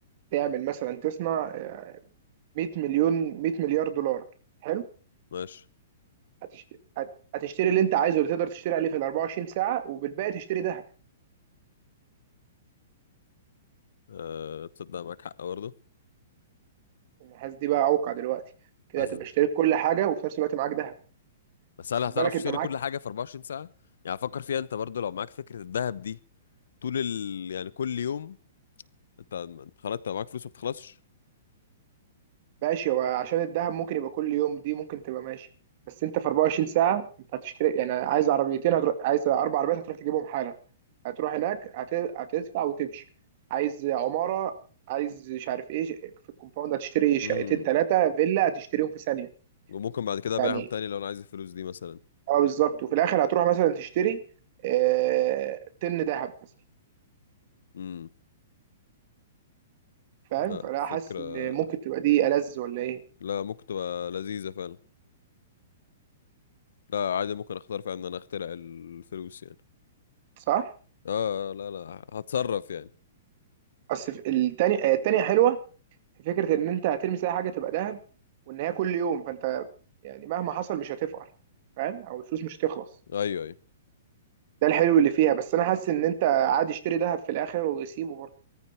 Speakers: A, on the right (about 40°); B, on the left (about 80°).
A: تعمل مثلا تصنع آه، 100 مليون 100 مليار دولار حلو،
B: ماشي
A: هتشتري هتشتري اللي انت عايزه اللي تقدر تشتري عليه في ال 24 ساعة وبالباقي تشتري ذهب
B: أه تصدق معاك حق برضه
A: النحاس دي بقى اوقع دلوقتي كده
B: حاسس
A: هتبقى اشتريت كل حاجة وفي نفس الوقت معاك ذهب
B: بس
A: بس
B: هل
A: خد
B: هتعرف
A: بالك
B: تشتري
A: انت معاك
B: كل حاجة في 24 ساعة؟ يعني فكر فيها انت برضو لو معاك فكرة الذهب دي طول ال... يعني كل يوم انت انت خلاص انت معاك فلوس ما بتخلصش
A: ماشي هو عشان الذهب ممكن يبقى كل يوم دي ممكن تبقى ماشي بس انت في 24 ساعة انت هتشتري يعني عايز عربيتين هتروح عايز اربع عربيات هتروح تجيبهم حالا هتروح هناك هت... هتدفع وتمشي عايز عمارة عايز مش عارف ايه في الكومباوند هتشتري شقتين
B: امم
A: ثلاثة فيلا هتشتريهم في ثانية
B: وممكن بعد كده ابيعهم
A: يعني
B: تاني لو انا عايز الفلوس دي مثلا
A: اه بالظبط وفي الاخر هتروح مثلا تشتري آه طن ذهب مثلا
B: امم
A: فاهم
B: لا
A: فانا
B: فكرة
A: حاسس ان ممكن تبقى دي ألذ ولا ايه
B: لا ممكن تبقى لذيذة فعلا لا عادي ممكن اختار فعلا ان انا اخترع الفلوس يعني
A: صح
B: اه لا لا هتصرف يعني
A: اصل في- التانية آه، التانية حلوة في فكرة ان انت هتلمس اي حاجة تبقى ذهب وان هي كل يوم فانت يعني مهما حصل مش هتفقر فاهم او الفلوس مش هتخلص
B: ايوه ايوه
A: ده الحلو اللي فيها بس انا حاسس ان انت عادي اشتري ذهب في الاخر وسيبه برضه